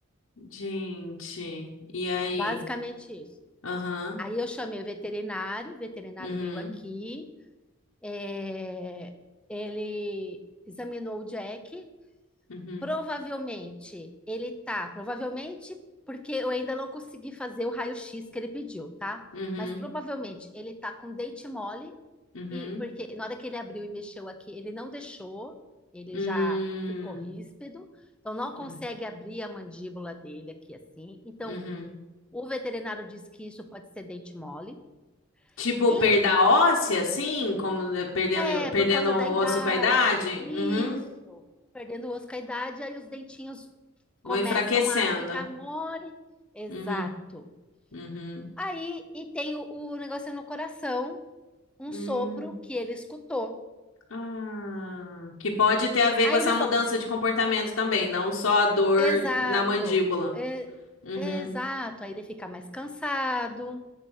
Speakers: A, on the left; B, in the centre.
A: gente, e aí?
B: Basicamente isso.
A: Aham,
B: Aí eu chamei o veterinário, o veterinário
A: uhum,
B: veio aqui, é, ele examinou o Jack
A: uhum,
B: Provavelmente ele tá, provavelmente porque eu ainda não consegui fazer o raio-x que ele pediu, tá?
A: Uhum,
B: Mas provavelmente ele tá com dente mole
A: uhum,
B: e porque na hora que ele abriu e mexeu aqui, ele não deixou, ele
A: hum,
B: já ficou ríspido, então não consegue
A: hum,
B: abrir a mandíbula dele aqui assim. Então
A: uhum.
B: o veterinário diz que isso pode ser dente mole.
A: Tipo,
B: E
A: perda óssea, assim, como de- perdendo,
B: É,
A: perdendo
B: por causa
A: o
B: da idade.
A: osso com a idade?
B: Isso.
A: Uhum.
B: Perdendo o osso com a idade, aí os dentinhos
A: Vou
B: começam
A: enfraquecendo.
B: a ficar mole. Exato.
A: Uhum, uhum.
B: Aí, e tem o, o negócio no coração, um
A: Hum,
B: sopro que ele escutou.
A: Ah, que pode ter a ver
B: Aí
A: com essa
B: ele
A: mudança
B: fala,
A: de comportamento também, não só a dor
B: exato,
A: na mandíbula.
B: é-
A: Uhum,
B: exato. Aí ele fica mais cansado,